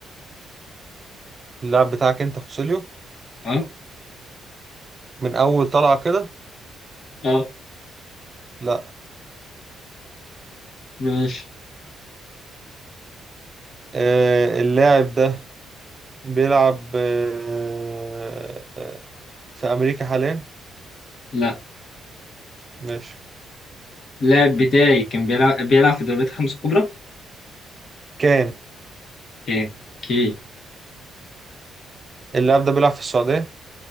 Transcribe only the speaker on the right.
اللاعب بتاعك انت خوسيليو
من اول طلعة كده
لا
آه... اللاعب ده بيلعب آه... آه، في امريكا حاليا
ماشي
كان
اللاعب ده بيلعب في السعودية